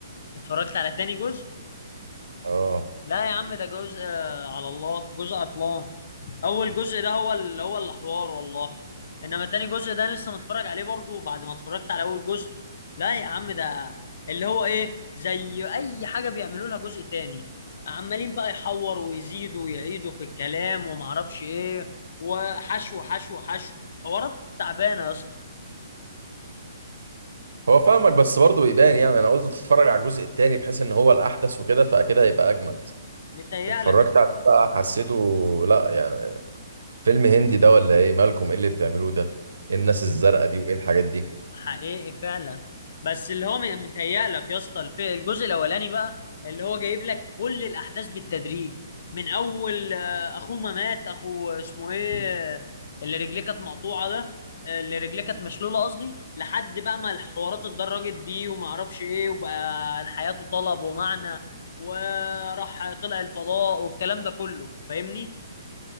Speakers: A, on the left; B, on the right.
A: اتفرجت على تاني جزء
B: اه
A: لا يا عم ده جزء آه، على الله جزء عطلان اول جزء ده هو اللي هو الحوار والله انما تاني جزء ده أنا لسه متفرج عليه برضو بعد ما اتفرجت على اول جزء لا يا عم ده اللي هو ايه زي اي حاجه بيعملوا لها جزء تاني عمالين بقى يحوروا ويزيدوا ويعيدوا في الكلام ومعرفش ايه وحشو حشو حشو حوارات تعبانه يا اسطى
B: هو فاهمك بس برضه يبان يعني أنا قلت اتفرج على الجزء التاني بحيث إن هو الأحدث وكده فأكيد هيبقى أجمد
A: متهيألك
B: اتفرجت عليه بقى حسيته لا يعني فيلم هندي ده ولا إيه مالكم إيه اللي بتعملوه ده إيه الناس الزرقاء دي وإيه الحاجات دي
A: حقيقي فعلا بس اللي هو متهيألك يا اسطى الف- الجزء الاولاني بقى اللي هو جايب لك كل الاحداث بالتدريج من اول آه، اخوه ما مات اخو اسمه ايه آه، اللي رجليه كانت مقطوعه ده آه، اللي رجليه كانت مشلوله قصدي لحد بقى ما الحوارات اتدرجت بيه وما اعرفش ايه وبقى حياته طلب ومعنى وراح طلع الفضاء والكلام ده كله فاهمني